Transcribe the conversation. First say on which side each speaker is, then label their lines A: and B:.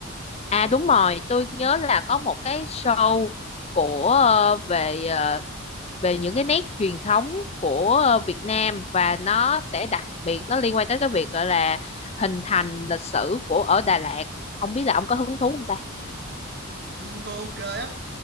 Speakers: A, on the left (about 30°); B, on the right (about 50°).
A: à đúng rồi tôi nhớ là có một cái show của ờ, về ờ, về những cái nét truyền thống của ờ, Việt Nam và nó sẽ đặc biệt nó liên quan tới cái việc gọi là hình thành lịch sử của ở Đà Lạt không biết là ông có hứng thú không ta
B: ừ, tôi ok á